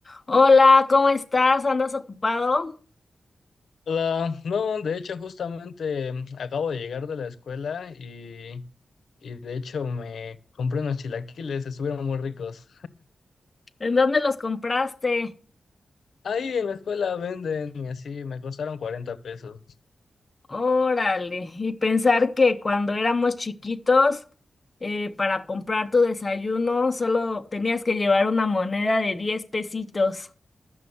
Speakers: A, on the left (about 20°); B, on the left (about 75°).
A: Hola, ¿cómo estás? ¿Andas ocupado?
B: Hola, no, de hecho justamente em, acabo de llegar de la escuela y, y de hecho me compré unos chilaquiles, estuvieron muy ricos.
A: ¿En dónde los compraste?
B: Ahí en la escuela venden y así me costaron 40 pesos.
A: Órale, y pensar que cuando éramos chiquitos, eh, para comprar tu desayuno solo tenías que llevar una moneda de 10 pesitos.